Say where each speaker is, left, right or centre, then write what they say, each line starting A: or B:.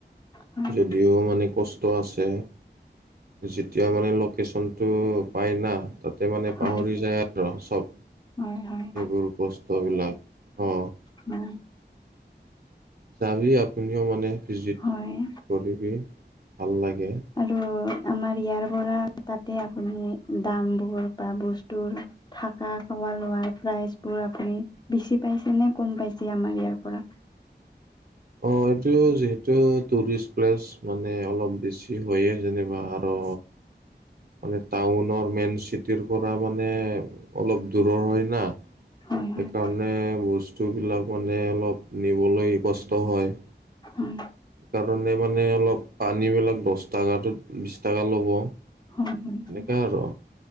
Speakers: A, on the left (about 25°); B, on the right (about 60°).
A: হয়
B: যদিও মানে কষ্ট আছে। যেতিয়া মানে লোকেশ্যনটো পাই না তাতে মানে
A: হয়
B: পাহৰি যায় আৰু চব।
A: হয় হয়
B: এইবোৰ কষ্টবিলাক। অ
A: উম।
B: যাবি আপুনিও মানে ভিজিট
A: হয়
B: কৰিবি ভাল লাগে।
A: আৰু আমাৰ ইয়াৰ পৰা তাতে আপুনি দামবোৰ বা বস্তুবোৰ থাকা খাৱা লোৱা প্ৰাইজ বোৰ আপুনি বেছি পাইছে নে কম পাইছে আমাৰ ইয়াৰ পৰা।
B: অ এইটো যিহেতু টুৰিষ্ট প্লেচ মানে অলপ বেছি হয় যেনিবা আৰু মানে টাউনৰ মেইন চিটিৰ পৰা মানে অলপ দূৰৰ হয় না।
A: হয় হয়
B: সেইকাৰণে বস্তুবিলাক মানে অলপ নিবলৈ কষ্ট হয়।
A: হয়
B: কাৰণে মানে অলপ পানী বিলাক দশ টকাটো বিশ টকা ল'ব।
A: হয় হয়
B: এনেকা আৰু৷